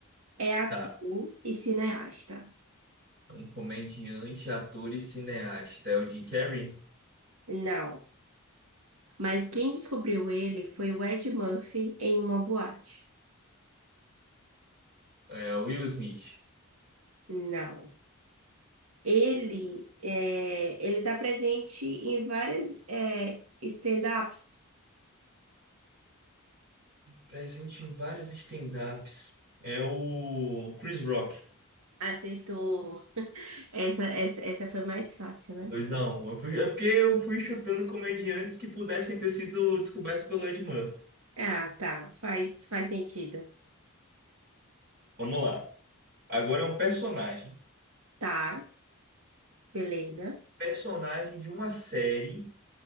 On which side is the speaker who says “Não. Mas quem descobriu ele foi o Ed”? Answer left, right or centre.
Right